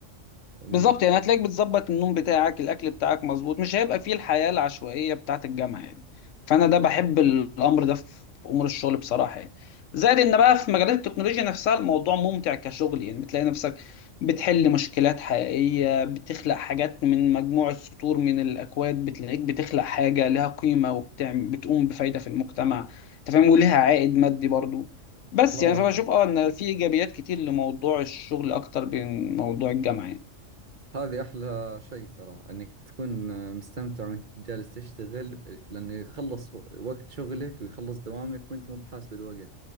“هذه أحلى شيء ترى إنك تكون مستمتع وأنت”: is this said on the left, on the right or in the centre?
Right